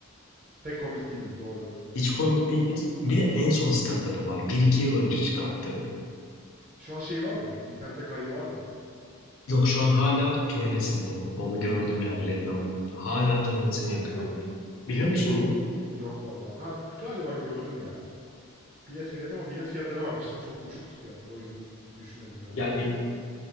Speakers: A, on the right; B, on the left.
A: Pek komik değildi. Doğru.
B: Hiç komik değildi. Bir de en son stand-up'ı var. Bir iki yıl önce çıkarttı.
A: Şu an şey var mı? İnternette kaydı var mı?
B: Yok şu an hala turnesinde onun. Onu gördüm
A: Aa,
B: yani reklamlarını. Hala turnesini yapıyor onun. Biliyor musun onu?
A: yok vallahi. Ha galiba gördüm ya. Bilet bilet ama bilet fiyatlarına bakmıştım. Çok uçuktu fiyatları. O yüzden düşünmedim yani
B: Yani
A: gittim.